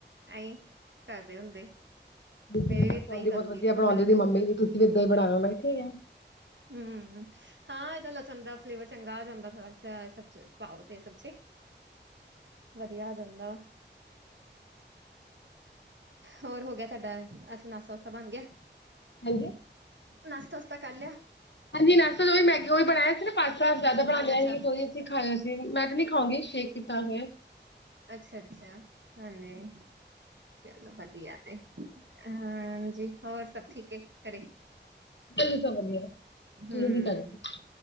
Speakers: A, on the right; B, on the left.
A: ਐਹੀਂ ਕਰਦੇ ਹੁੰਦੇ ਮੇਰੀ
B: ਮੈਂ
A: ਵੀ ਇਦਾ
B: ਕਿਹਾ ਆਉਂਦੀ
A: ਹੀ ਕਰੂਗੀ
B: ਬਹੁਤ ਵਧੀਆ
A: ਉਹਨੇ
B: ਬਣਾਉਂਦੀ
A: ਵੀ
B: ਦੀ
A: ਚੁੱਕ
B: ਮੰਮੀ
A: ਕੇ
B: ਵੀ ਤੁਸੀਂ ਵੀਏਾਂ ਹੀ ਬਣਾ ਠੀਕ ਹੈ
A: ਹਮ ਹਾਂ ਇਹਦਾ ਲਸਣ ਦਾ ਫਲੇਵਰ ਚੰਗਾ ਆ ਜਾਂਦਾ ਥੋੜਾ ਸਬ ਪਾਓ ਤੇ ਸਬਜ਼ੀ ਵਧੀਆ ਆ ਜਾਂਦਾ ਵ ਹੋਰ ਹੋ ਗਿਆ ਤੁਹਾਡਾ ਅਸੀਂ ਨਾਸਾਸਾ ਬਣ ਗਿਆ
B: ਹਾਂਜੀ
A: ਨਸਸਤਾ ਕਲਿਆ
B: ਹਾਂਜੀ ਨਸਲ ਜੋ ਵੀ ਮੈਗੀਓ ਵੀ ਬਣਾਇ ਸੀ ਪਾਸਤਾ ਜਿਆਦਾ ਬਣਾ
A: ਅੱਛਾ-ਅੱਛਾ
B: ਲਿਆ ਸੀ ਕੋਈ ਅਸੀਂ ਖਾਇਆ ਸੀ ਮੈਂ ਤੇ ਨੀ ਖਾਉਂਗੀ ਸ਼ੇਕ ਕੀਤਾ ਫ
A: ਅੱਛਾ ਅੱਛਾ ਹਾਂਜੀ ਚਲੋ ਵਧੀਆ ਤੇ ਹਾਂਜੀ ਹੋਰ ਸਭ ਠੀਕ ਹੈ ਘਰੇ
B: ਵਧੀ ਸ ਵਧੀਆ ਤੁਸੀਂ
A: ਹਮ ਹਮ
B: ਕੀ ਕਰ ਰਹੇ?